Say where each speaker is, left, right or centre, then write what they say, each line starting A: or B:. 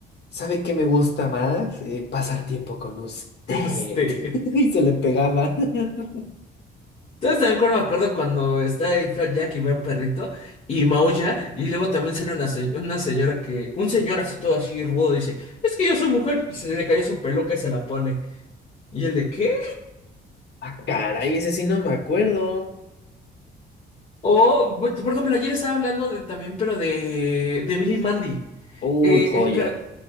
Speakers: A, on the left (about 55°); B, on the left (about 40°).
A: ¿sabe qué me gusta más? Eh, pasar tiempo con usted.
B: Con
A: <laughs>
B: usted.
A: Y se le pegaba. <laughs>
B: ¿Sabes también cuando me acuerdo cuando está el Jack y ve un perrito y maulla y luego también sale una, se- una señora que, un señor así todo así rudo dice, es que yo soy mujer y se le cayó su peluca y se la pone. ¿Y el de qué?
A: Ah, caray, ese sí no me acuerdo.
B: O, por por ejemplo, ayer estaba hablando de también, pero de, de Billy Mandy.
A: Uy,
B: Eh,
A: joya.
B: el ca-